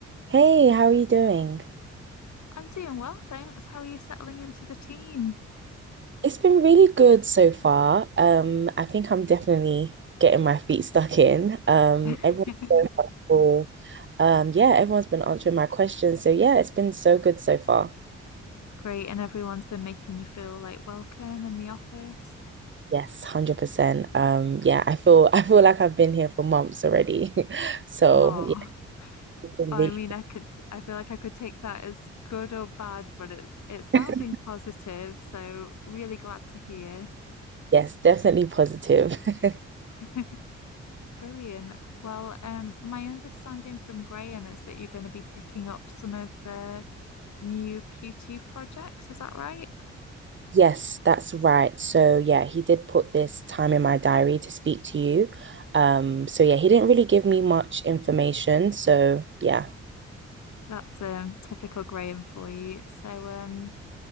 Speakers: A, on the right; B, on the left.
A: Hey, how are you doing?
B: I'm doing well, thanks. How are you settling into the team?
A: It's been really good so far. Um, I think I'm definitely getting my feet stuck in. Um,
B: <laughs>
A: everyone's so helpful. Um, yeah, everyone's been answering my questions. So yeah, it's been so good so far.
B: Great, and everyone's been making you feel like welcome in the office.
A: Yes, 100%. Um, yeah, I feel <laughs> I feel like I've been here for months already. <laughs> So
B: Oh,
A: yeah, it's been
B: I
A: really,
B: mean, I could, I feel like I could take that as good or bad, but it's it's sounding
A: <laughs>
B: positive, so really glad to hear.
A: yes, definitely positive. <laughs>
B: <laughs> Brilliant. Well, um, my understanding from Graham is that you're going to be picking up some of the new Q2 projects. Is that right?
A: Yes, that's right. So yeah, he did put this time in my diary to speak to you. Um, so yeah, he didn't really give me much information. So yeah.
B: That's um typical Graham for you. So um